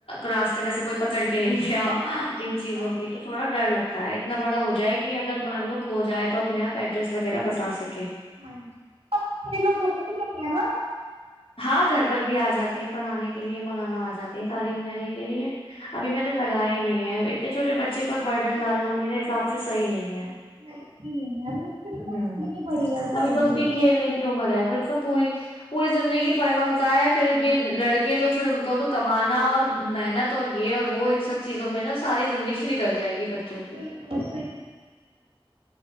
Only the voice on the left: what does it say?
راستے میں سے کوئی پکڑ کے کے لے کیا
ان چیزوں
کی
تو تھوڑا ڈر لگتا ہے اتنا بڑا ہو جائے کہ اگر مان لوگ کو جائے تو اپنے آپ ایڈریس وغیرہ بتا سکے
ہاں گھر پر بھی آ جاتے ہیں پڑھانے کے لیے مولانا آ جاتے ہیں تعلیم دینے کے لیے ابھی میں نے لگایا ہی نہیں ہے چھٹےچے بچے پر برڈن
ڈالنا میرے حساب سے صحیح نہیں ہے
ہ
ابھی
تو اس
کی کھیلنے کی عمر ہے پھر تو پوری پوری زندگی پڑھنا ہوتا ہے پھر یہ لڑکے تو پھر ان کو تو کمانا اور محنت اور یہ اور وہ ان سب چیزوں میں نا ساری زندگی نکل جائے گی بچوں
کی